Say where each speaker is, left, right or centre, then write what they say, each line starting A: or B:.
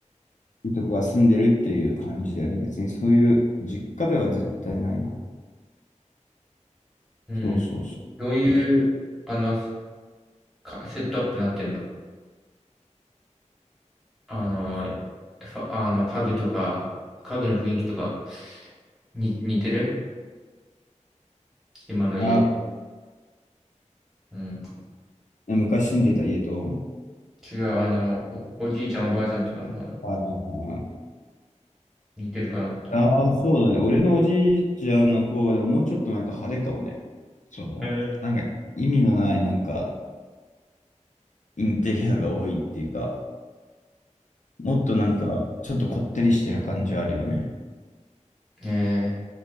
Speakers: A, on the left; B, in the centre.
A: いとこが住んでるっていう感じだよね。別にそういう実家では絶対ないな。
B: うん。
A: そうそうそ
B: どういう、
A: う。き
B: あの、か、セットアップなってんの。あのー、ファあの、家具とか、家具の雰囲気とか、に、似てる今の家。
A: あ
B: うん。
A: ー、昔住んでた家と、
B: 違う、あの、お、おじいちゃんおばあちゃんとかの方の、
A: ああ、
B: 似てるかなって思う。
A: ああ、そうだね。俺のおじいちゃんの方が、でももうちょっとなんか派手かもね。その、
B: え
A: なんか意味のないなんかインテリアが多いっていうか、もっとなんかちょっとこってりしてる感じはあるよね。
B: ー、え